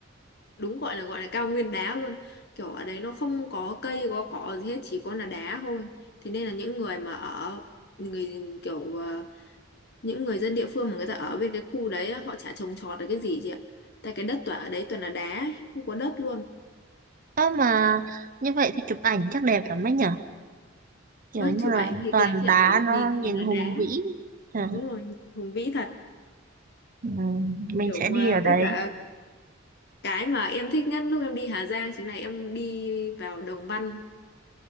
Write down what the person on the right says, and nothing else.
ơ mà như vậy thì chụp ảnh chắc đẹp lắm đấy nhỉ kiểu
như
là
toàn
đá
nó
nhìn
hùng
vĩ ừ,
ừ, mình
sẽ
đi ở
đấy